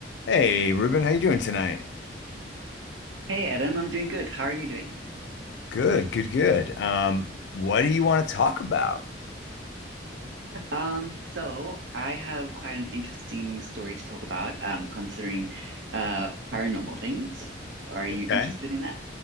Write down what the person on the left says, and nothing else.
Hey, Ruben, how you doing tonight?
Good, good, good. Um, what do you want to talk about?
Okay.